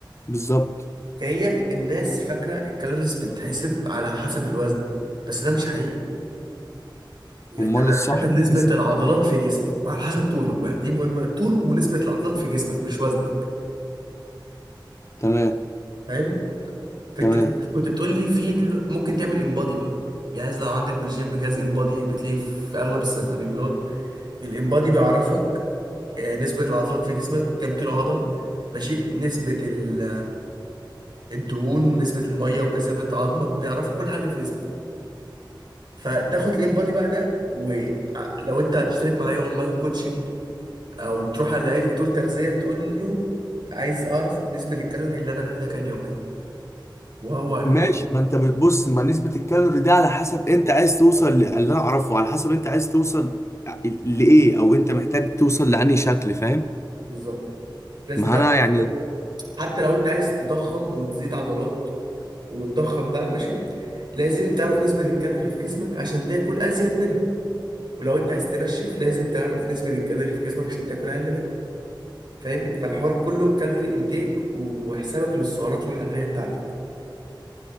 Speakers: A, on the left (about 35°); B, on the right (about 60°).
A: بالظبط
B: فهي الناس فاكرة الكالوريز بتتحسب على حسب الوزن بس ده مش حقيقي انت
A: أمال
B: على
A: الصح
B: حسب
A: بتحسب
B: نسبة العضلات في جسمك وعلى حسب طولك بقى دي مهمة طول ونسبة العضلات في جسمك مش وزنك
A: تمام
B: فاهم فانت
A: تمام
B: طلعت كنت بتقول لي في دل- ممكن تعمل انبادي بقى جهاز لو عندك في الجيم جهاز انبادي بتلاقيه في اغلب الصيدليات الانبادي بيعرفك آه، نسبة العضلات في جسمك كام كيلو عضل ماشي نسبة ال الدهون ونسبة المية وكثافة عظمك بيعرفوا كل حاجة في جسمك فتاخد الانبادي بقى ده ولو انت هتشترك معايا اونلاين كوتشنج او تروح على اي دكتور تغذية تقول له عايز اعرف نسبة الكالوري اللي انا محتاجها اليومية وهو هيقول
A: ماشي
B: لك
A: ما أنت بتبص ما نسبة الكالوري دي على حسب أنت عايز توصل ل- اللي أنا أعرفه على حسب أنت عايز توصل لإيه أو أنت محتاج توصل لأنهي شكل فاهم؟
B: بالظبط لازم
A: ما
B: تعرف
A: أنا
B: الكالوري.
A: يعني
B: حتى لو انت عايز تضخم وتزيد عضلات وتضخم بقى ماشي لازم تعرف نسبة الكالوري في جسمك عشان تاكل ازيد منها ولو انت عايز تنشف لازم تعرف نسبة الكالوري في جسمك عشان تاكل اقل منها فاهم فالحوار كله كالوري انتيك وحسابك للسعرات الحراريه بتاعتك